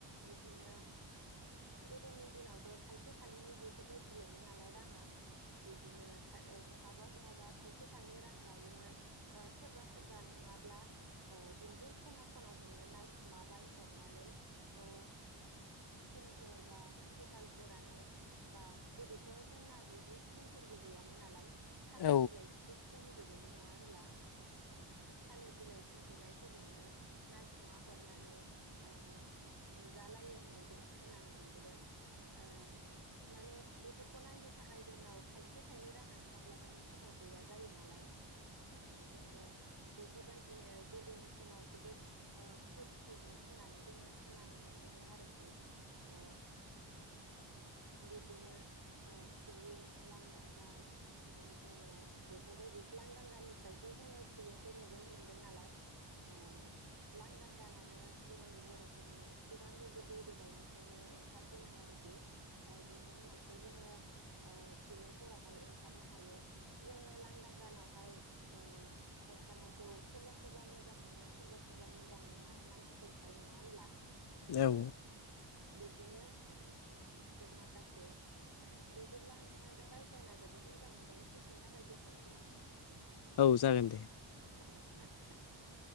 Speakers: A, on the right (about 50°); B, on the left (about 55°).
A: बिदिनो गोदोनि दिनावथ' थाइसे थाइनै बेफोरबायदि ल'मोन नालाय राङा बिब्दिनो बहाबा बहाबा थाइसे थाइनै रां लायोमोन। ओ सोरबा सोरबा नुवाब्ला ओ इन्जुर खना खनाजोंनो नायखुमाबाय हरना नानै ओ थिंफोर बा त्रिपाल फोरानो बा गोदोथ' जोंना बिदि थिंफोरबो गैयामोन नालाय थालिर
B: औ
A: बिलाइजोंसो खोंजोबोमोन नङा होनब्ला थालिर बिलाइ होथेनाय फोरजोंनो नायखुमा हरनानै ओ बुजालायो होननाय जों खोना नानो मोनबोदों ओ माने बेफोर खौ नायनो थाखाय जोंनाव थाइसे थाइनै राङानो माब्लाबानि समाव गैया जायो नालाय ओ जोङो बेफोरबायदिनो गोदोनि समाव जोबोद ओ फुरथिमोन होननानै जोङो खोनानो मोनबोदों आरोखि ओ बिदिनो ओ फिलिम लांदां गान ओ जोङो बेफोरबायदि लांदां गानिफ्रायसो जोङो फिल्मखौ नुबोनो मोनदों नालाय ओ लांदां गानानो जोंनि बर'फोरनि सिगांगो गोदो गोदायनिफ्राय नो ओंखारबोनाय आरोखि ओ बिनि उनावसो जोङो फिलमफोरावहाय ओंखारनो हायो जोङो लांदां गानाव हाय ओ ओंखारनायखौ सोरबा सोरबा मोजां मोनो सोरबा सोरबा मोजां मोना मानसि मानसिफोरखौहाय नङा होनब्ला
B: औ
A: ओ बिब्दिनो थायो आरो माखासे बिदिब्ला नोंथांजों रायज्लायना जोबोद मोजां मोनबाय दसे नि थाखाय दोनथ'नोसै नामा?
B: औ जागोन
A: औ
B: दे
A: औ